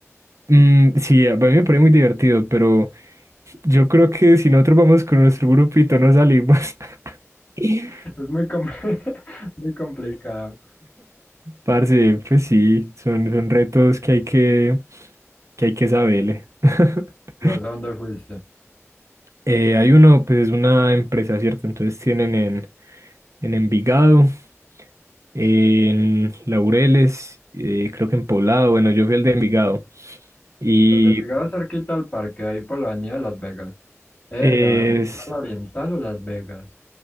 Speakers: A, on the right (about 70°); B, on the left (about 25°).
A: mm, sí, a mí me parece muy divertido, pero... Yo creo que si nosotros vamos con nuestro grupito no salimos. <laughs>
B: <laughs> Es muy, com- <laughs> muy complicado.
A: Parce, pues sí, son, son retos que hay que, que hay que saberle. <laughs>
B: ¿Y vos a dónde fuiste?
A: Eh, hay uno, pues es una empresa, ¿cierto? Entonces tienen en, en Envigado, en Laureles, eh, creo que en Poblado, bueno, yo fui el de Envigado. Y
B: El de Envigado es cerquita al parque, ahí por la avenida de Las Vegas. Eh,
A: es,
B: la, la oriental o Las Vegas?